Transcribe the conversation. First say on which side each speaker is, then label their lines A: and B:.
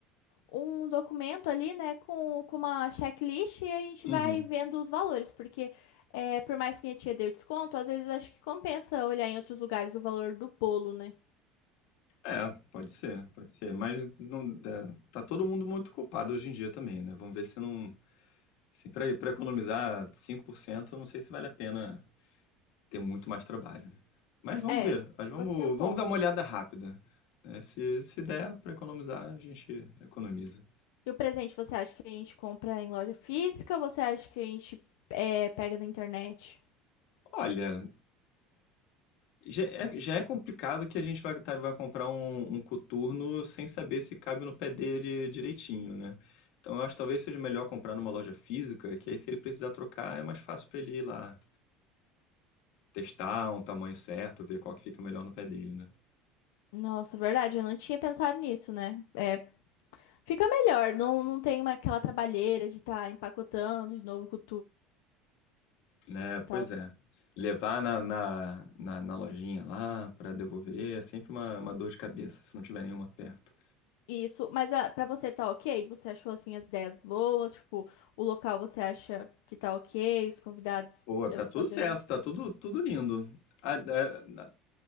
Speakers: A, on the left (about 85°); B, on the left (about 65°).
A: um documento ali, né, com, com uma checklist e a gente
B: Uhum.
A: vai vendo os valores, porque é, por mais que minha tia deu desconto, às vezes acho que compensa olhar em outros lugares o valor do bolo, né?
B: É, pode ser, pode ser. Mas não, é, tá todo mundo muito culpado hoje em dia também, né? Vamos ver se não. Assim, para para economizar 5%, eu não sei se vale a pena ter muito mais trabalho, né? Mas vamos
A: É,
B: ver. Mas vamos,
A: você tem um ponto.
B: vamos dar uma olhada rápida. né? Se, se der para economizar, a gente economiza.
A: E o presente, você acha que a gente compra em loja física ou você acha que a gente é, pega na internet?
B: Olha, já é, já é complicado que a gente vai, tá- vai comprar um, um coturno sem saber se cabe no pé dele direitinho, né? Então eu acho que talvez seja melhor comprar numa loja física, que aí se ele precisar trocar é mais fácil pra ele ir lá testar um tamanho certo, ver qual que fica melhor no pé dele, né?
A: Nossa, verdade, eu não tinha pensado nisso, né? É, fica melhor, não, não tem uma, aquela trabalheira de estar empacotando de novo com tudo
B: É, pois
A: e tal.
B: é. Levar na, na, na, na lojinha lá pra devolver é sempre uma, uma dor de cabeça, se não tiver nenhuma perto.
A: Isso, mas ah, pra você tá ok? Você achou assim as ideias boas? Tipo, o local você acha que tá ok? Os convidados,
B: Pô, tá
A: eu vou
B: tudo
A: fazer.
B: certo, tá tudo, tudo lindo. A, a- a-